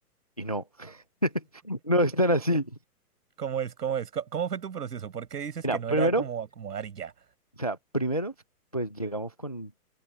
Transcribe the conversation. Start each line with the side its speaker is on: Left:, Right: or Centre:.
Left: Y no, <laughs> no es tan así. <laughs>
Right: ¿Cómo es? ¿Cómo es? ¿Cómo, cómo fue tu proceso? ¿Por qué dices
Left: Mira,
Right: que no
Left: primero,
Right: era como acomodar y ya?
Left: o sea, primero, pues llegamos con